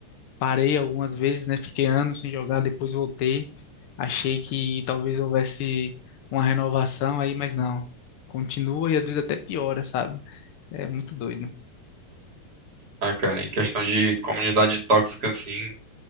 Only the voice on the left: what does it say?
parei algumas vezes, né? Fiquei anos sem jogar, depois voltei. Achei que talvez houvesse uma renovação aí, mas não. Continua e às vezes até piora, sabe? É muito doido.